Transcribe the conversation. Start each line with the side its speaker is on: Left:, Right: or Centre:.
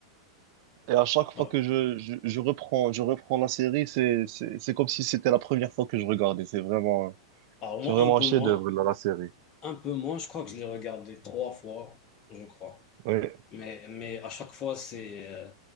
Right: Et à chaque
Left: Voilà.
Right: fois que je, je, je reprends, je reprends la série, c'est, c'est, c'est comme si c'était la première fois que je regardais. C'est vraiment,
Left: Alors moi,
Right: c'est vraiment
Left: un peu
Right: un chef-d'œuvre,
Left: moins.
Right: la, la série.
Left: Un peu moins, je crois que je l'ai regardé trois fois, je crois.
Right: Oui,
Left: Mais, mais à chaque fois, c'est euh,